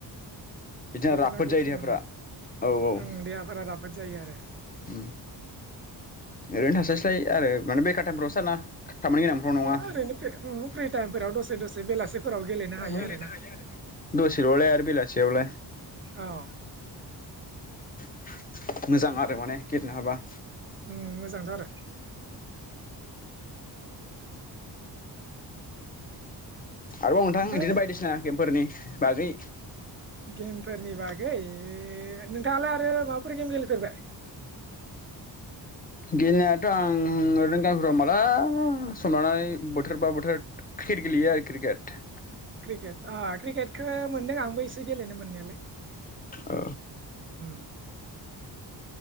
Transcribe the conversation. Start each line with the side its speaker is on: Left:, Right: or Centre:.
Left: बिदिनो
Right: गेलेनांगौ
Left: राफोद जायो
Right: सम
Left: देहाफोरा
Right: मोनबा
Left: औ औ
Right: ओं देहाफोरा राफोद जायो आरो
Left: <inaudible> उम ओरैनो थास्लायस्लाय आरो माने बेकार टाइमफ्राव सो आरोना। खामानि गोनांफ्राव नङा
Right: ओरैनो फ्रि टाइमफोराव दसे दसे बेलासिफोराव गेलेनो हायो
Left: <inaudible>
Right: आरोना
Left: दसेल'लाय आरो बेलासियावलाय।
Right: औ
Left: <inaudible> मोजां आरो माने गेलेनो हाबा।
Right: उम मोजांथ' आरो।
Left: आरोबाव नोंथां
Right: ओमफ्राय
Left: इदिनो बायदिसिना गेमफोरनि बागै
Right: गेम फोरनि बागै ओ नोंथाङालाय आरो माबाफोर गेम गेलेफेरबाय?
Left: गेलेनायाथ' आं ओरैनो गामिफोराव माला सम लानानै बोथोरबा बोथोर क्रिकेट गेलेयो आरो क्रिकेट।
Right: क्रिकेट अ क्रिकेटखो मोनदों आंबो एसे गेलेनो मोन्नायालाय।
Left: औ
Right: <inaudible> उम